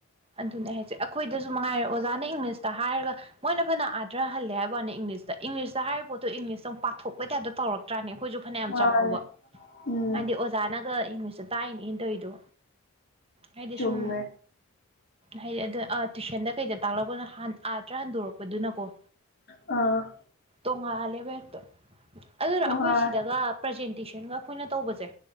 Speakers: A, on the right; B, on the left.
A: ꯑꯗꯨꯅꯦ ꯑꯩ ꯍꯥꯏꯁꯦ ꯑꯩꯈꯣꯏꯗꯖꯨ ꯃꯉꯥꯏꯔꯦ ꯑꯣꯖꯥꯅ ꯏꯪꯂꯤꯁꯇ ꯍꯥꯏꯔꯒ ꯃꯣꯏꯅ ꯐꯖꯅ ꯑꯥꯊ꯭ꯔꯍꯜꯂꯦ ꯍꯥꯏꯕ ꯋꯥꯅꯤ ꯏꯪꯂꯤꯁꯇ ꯏꯪꯂꯤꯁꯇ ꯍꯥꯏꯔꯤꯕ ꯄꯣꯠꯇꯣ ꯏꯪꯂꯤꯁꯇ ꯃꯨꯛ ꯄꯥꯊꯣꯛꯄꯩ ꯇꯥꯏꯞꯇ ꯇꯧꯔꯛꯇ꯭ꯔꯥꯅꯦ ꯑꯩꯈꯣꯏꯁꯨ ꯐꯅꯌꯥꯝ
B: ꯃꯥꯅꯦ
A: ꯆꯥꯎꯔꯕꯥꯎ
B: ꯎꯝ
A: ꯍꯥꯏꯗꯤ ꯑꯣꯖꯥꯅꯒ ꯏꯪꯂꯤꯁꯇ ꯇꯥꯛꯏꯅꯦ ꯏꯟꯇꯧꯋꯤꯗꯣ ꯑꯩꯗꯤ
B: ꯆꯨꯝꯃꯦ
A: ꯁꯨꯝ ꯍꯥꯏꯗꯤ ꯑꯗꯣ ꯑ ꯇꯨꯏꯁꯟꯗ ꯀꯩꯗ ꯇꯥꯛꯂꯛꯄꯗꯨꯅ ꯍꯥꯟ ꯑꯥꯔꯊꯥ ꯍꯟꯗꯣꯔꯛꯄꯗꯨꯅꯀꯣ
B: ꯑ
A: ꯇꯣꯉꯥꯜꯂꯦꯕ ꯍꯦꯛꯇ ꯑꯗꯨꯅ
B: ꯇꯣꯉꯥꯟ
A: ꯑꯩꯈꯣꯏ ꯁꯤꯗꯒ ꯄ꯭ꯔꯖꯦꯟꯇꯦꯁꯟꯒ ꯑꯩꯈꯣꯏꯅ ꯇꯧꯕꯖꯦ